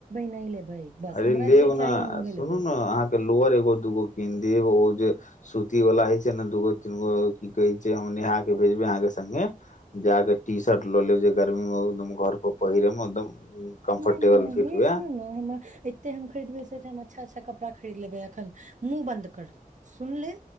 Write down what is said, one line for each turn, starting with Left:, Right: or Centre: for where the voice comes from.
Right: नहि लेबै बस
Left: अरे
Right: हमरा
Left: लेब
Right: जे
Left: ने
Right: चाही हम उहे
Left: सुनू
Right: लेबै
Left: ने अहाँके लोअर एगो दूगो कीन देब ओ जे सूती वाला हइ छै ने दूगो तीनगो की कहे छै हम नहा के भेजबे अहाँ के सगे जााके टी शर्ट लऽ लेब जे गर्मी मे घर पर पहिरे मे एकदम कम्फर्टेबल
Right: नहि नहि नहि
Left: फिट
Right: हे
Left: हुए
Right: सुनू ने हमर एते हम खरीदबै से हम अच्छा अच्छा कपड़ा खरीद लेबै अखन मुँह बन्द कर सुन ले